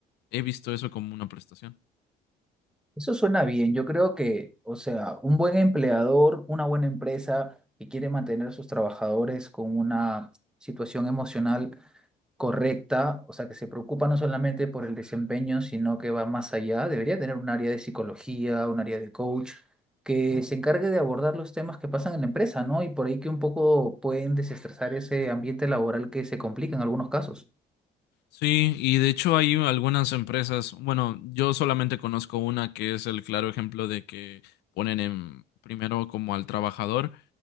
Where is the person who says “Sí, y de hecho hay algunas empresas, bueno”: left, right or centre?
Left